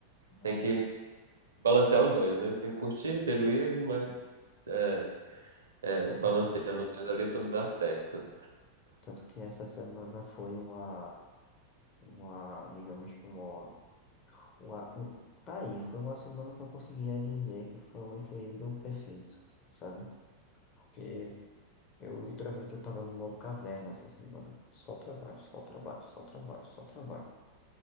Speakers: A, on the left (about 35°); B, on the right (about 70°).
A: verdade,
B: tem que balancear os dois, né? Tem que curtir,
A: sim.
B: ter juízo, mas é, é,
A: Tanto
B: balanceando
A: que,
B: os dois ali, tudo dá certo.
A: tanto que essa semana foi uma, uma, digamos que uma, uma um, tá aí, foi uma semana que eu conseguia dizer que foi um equilíbrio perfeito, sabe? Porque Eu literalmente eu tava no modo caverna essa semana. Só trabalho, só trabalho, só trabalho, só trabalho.